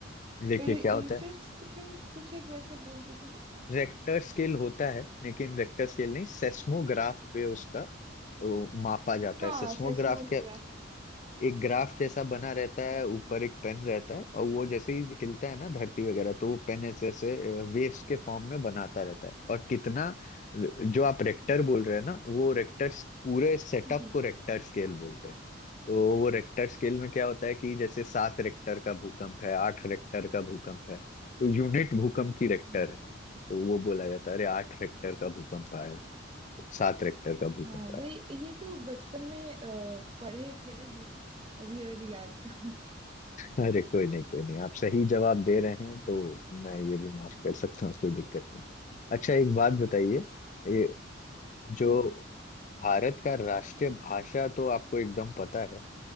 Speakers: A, on the left; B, on the right.
A: देखिए
B: रिचर्ड
A: क्या होता है
B: स्केल कुछ एक वैसे बोलते थे
A: रेक्टर स्केल होता है लेकिन रेक्टर स्केल नहीं सेस्मोग्राफ पे उसका वो, मापा जाता
B: ना
A: है सेस्मोग्राफ
B: हाँ सेस्मोग्राफ
A: क्या एक ग्राफ जैसा बना रहता है ऊपर एक पेन रहता है और वो जैसे ही हिलता है ना धरती वगैरह तो वो पेन ऐसे ऐसे वेव्स के फॉर्म में बनाता रहता है और कितना जो आप रेक्टर बोल रहे हैं ना वो रेक्टर्स पूरे सेटअप
B: जी
A: को रेक्टर स्केल बोलते हैं तो वो रेक्टर स्केल में क्या होता है कि जैसे सात रेक्टर का भूकंप है आठ रेक्टर का भूकंप है तो यूनिट भूकंप की रेक्टर
B: हाँ
A: है तो वो बोला जाता है अरे आठ रेक्टर का भूकंप आया सात रेक्टर का भूकंप
B: हाँ वही
A: आया
B: ये तो बचपन में अ, पढ़े थे बट अभी और याद <laughs>
A: अरे कोई नहीं कोई नहीं आप सही जवाब दे रहे हैं तो मैं ये भी माफ कर सकता हूँ कोई दिक्कत नहीं अच्छा एक बात बताइए
B: ठीक
A: ये
B: है
A: जो
B: जी
A: भारत का राष्ट्रीय भाषा तो आपको एकदम पता है अ,